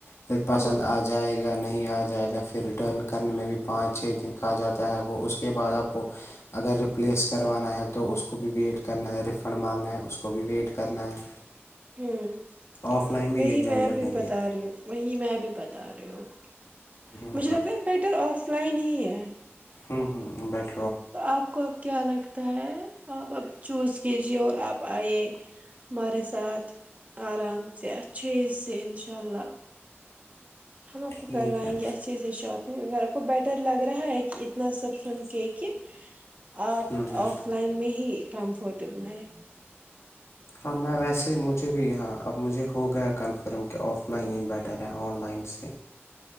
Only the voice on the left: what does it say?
پھر پسند
آ جائے گا نہیں آ جائے گا پھر ریٹرن کرنے میں بھی پانچ چھ دن کہا جا تا ہے وہ اس کے بعد آپ کو اگر ریپلیس کروانا ہے تو اس کو بھی ویٹ کرنا ہے ریفنڈ مانگنا ہے اس کو بھی ویٹ کرنا ہے
آف لائن
یہ جھنجھٹ
نہیں
ہے
ہوں
ہوں ہوں بیٹ
ٹھیک
ہے
ہوں ہوں
ہاں میں ویسے مجھے بھی ہاں اب مجھے ہو گیا کنفرم کہ آف لائن ہی بیٹر میں آن لائن سے